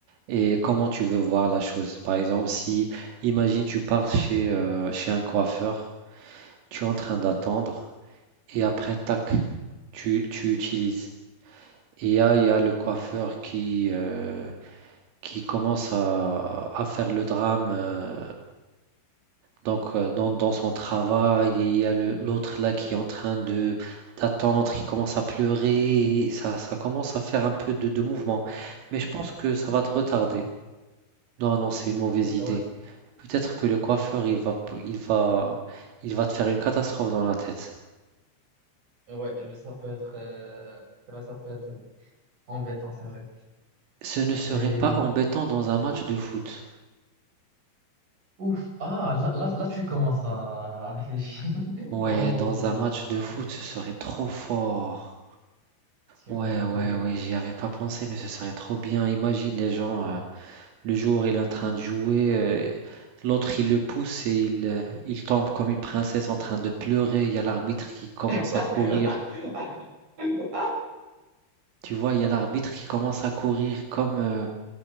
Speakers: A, on the right (about 80°); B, on the right (about 35°).
A: et comment tu veux voir la chose. Par exemple, si, imagine, tu pars chez, euh, chez un coiffeur, tu es en train d'attendre et après, tac, tu, tu utilises. Et là, il y a le coiffeur qui, euh, qui commence à, à faire le drame. euh, Donc, euh, dans, dans son travail, il y a le- l'autre là qui est en train de d'attendre, qui commence à pleurer, et ça, ça commence à faire un peu de, de mouvement. Mais je pense que ça va te retarder. Non, non, c'est une mauvaise idée.
B: Ouais,
A: Peut-être que le coiffeur, il va, p- il va, il va te faire une catastrophe dans la tête.
B: ouais, ça peut être, euh, c'est vrai, ça peut être embêtant, c'est vrai.
A: Ce ne serait
B: Et
A: pas embêtant dans un match de foot.
B: ouf, ah, là, là, là, tu commences à... avec les chiens. <laughs>
A: Ouais,
B: Oh
A: dans un
B: là
A: match
B: là,
A: de foot, ce serait trop fort.
B: Tu-
A: Ouais,
B: m'as-
A: ouais,
B: aïe,
A: ouais, j'y avais pas pensé, mais ce serait trop bien. Imagine les gens. euh, Le jour, il est en train de jouer, euh, l'autre, il le pousse et il, euh, il tombe comme une princesse en train de pleurer. Il y a l'arbitre qui commence
B: aïe.
A: à courir.
B: <laughs>
A: Tu vois, il y a l'arbitre qui commence à courir comme, euh,